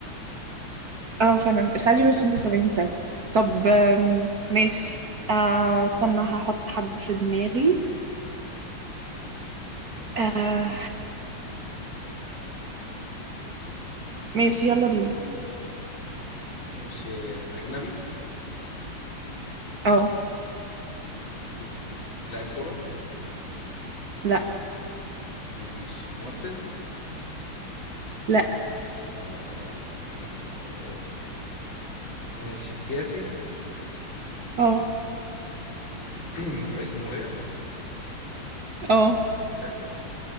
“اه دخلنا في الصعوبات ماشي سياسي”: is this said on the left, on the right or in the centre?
Left